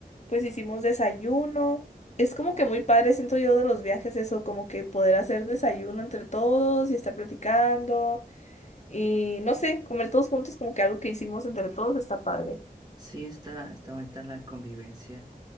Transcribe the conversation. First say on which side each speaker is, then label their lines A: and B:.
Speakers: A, on the left; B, on the right.
A: pues hicimos desayuno. Es como que muy padre, siento yo, de los viajes eso, como que poder hacer desayuno entre todos y estar platicando y no sé, comer todos juntos, como que algo que hicimos entre todos está padre.
B: Sí, está, está bonita la convivencia